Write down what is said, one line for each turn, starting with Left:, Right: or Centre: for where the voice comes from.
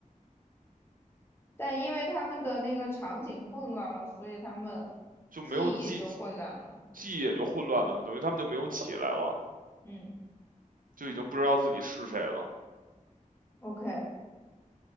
Left: 但因为他们的那个场景混乱了，所以他们
Right: 就没有记，
Left: 记忆也就混乱了。
Right: 记忆也就混乱了嘛，等于他们就没有起来了，
Left: 嗯
Right: 就已经不知道自己是谁了，
Left: ，OK，